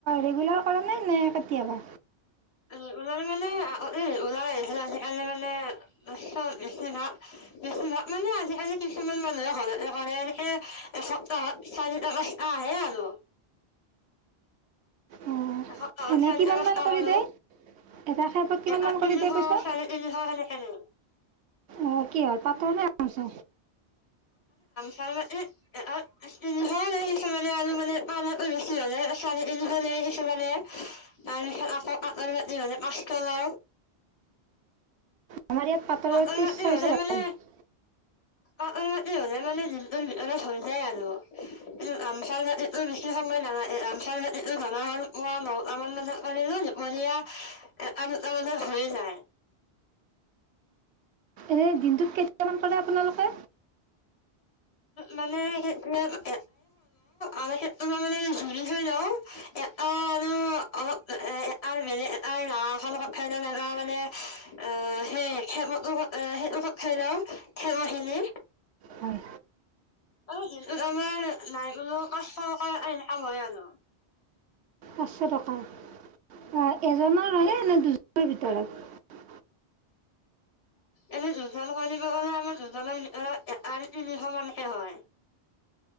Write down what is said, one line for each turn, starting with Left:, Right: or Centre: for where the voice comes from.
Right: ৰেগুলাৰ কৰা নে নে কেতিয়াবা
Left: ওল মানে ওল আহ আজিকালি মানে ম বেিভাগ বেিভাগ মানে আজিকালি কিছুমান মানুহে ঘৰতে কৰে এনেকে এসপ্তাহত চাৰটা মটা আহে আৰু
Right: অঁ
Left: একসপ্তাহমানৰ
Right: এনে কিমানমান কৰি
Left: হলো
Right: দিয়ে এটা খেপত কিমানমান
Left: এ আদিনশ
Right: কৰি দিয়ে পইচা
Left: চাৰিদিনশ সেনেখেনে
Right: অঁ কি হল তাত আছনে ইয়াত আচ
Left: তাৰ মানে ইল হ কিছুমানে আৰু মানে পানতেচি হলে চালীল হলে কিছুমানে তাৰ পিছত আকৌ কতৰ মা হলে পা হেল্ল
Right: আমাৰ ইয়াত পাটৰ
Left: চাপৰ
Right: ত্ৰিছ
Left: মাটি
Right: ছয়শ
Left: হলে
Right: লয়
Left: মানে অকনমান এ হ'লে মানে য অলপ হৈ যায় আৰু সংমচ ন সেই সময়তমচটো জ হল ম নহ আমাৰ মাজতিলো দীপলীয়া এ তাৰ মাজ হৈৰি যায়
Right: এই দিনটোত কেতিয়ামান কৰে আপোনালোকে
Left: মানে সে ক আমি কেতত মানে জৰি থৈ লও এটা আৰু অলপ এ বেলেগ ন এ লগত থাই লওঁ এবাৰ মানে অ সেই খেমটো সেইত থৈ লওঁ খেম খিনি
Right: হয়
Left: অঁ যি আমাৰ নাই বোলো কষ্ট এনে কাম হয় আৰু
Right: পচশ টকা অ এজনৰ হয়নে নে দু ভিতৰত
Left: এনেই দুজনাম কিব গলে আমাৰ দুজৰ আঢ় তিনিশ মানহে হয়